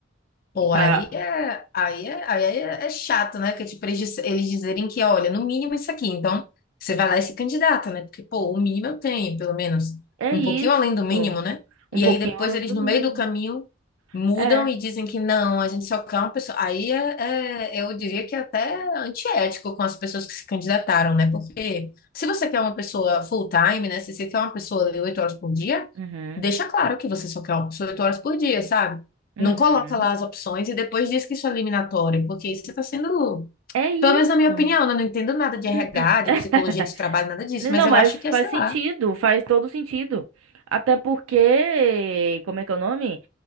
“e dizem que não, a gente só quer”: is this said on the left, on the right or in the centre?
Left